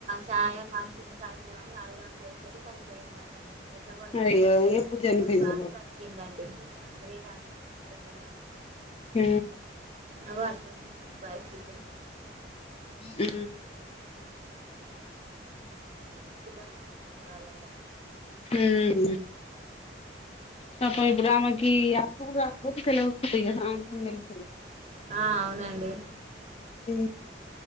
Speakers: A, on the right; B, on the left.
A: చాయ మంచి చదుగుతామ అని అడుదామని పోసి చలిపోయిందటండి ఎట్లా కొడతానేండి
B: అయ్యో ఎప్పుడు
A: ఇన్ని
B: చనిపోయింది
A: రోజులు బానే బతికిందండి గ్రేట్ అనుకోవాలి ఈ ఎండలకు
B: ఉ
A: అవ అట్లాం బా ఇ
B: ఉ
A: మస్తు గొరంగా కొట్టింది ఇవాళ ఎండ
B: ఉ తప్ప ఆమెకి అప్పటికి రాకపోతే పిల్లవకి సాయంత్రం తెలిసేది
A: ఆ అవునండి
B: ఉ